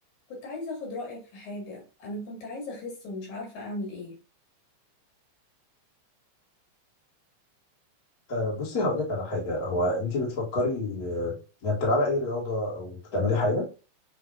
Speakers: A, on the left; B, on the left.
A: كنت عايزة أخد رأيك في حاجة أنا كنت عايزة أخس ومش عارفة أعمل إيه
B: أه بصي هقول لك على حاجه هو انت بتفكري أه، يعني بتلعبي اي رياضه او بتعملي حاجه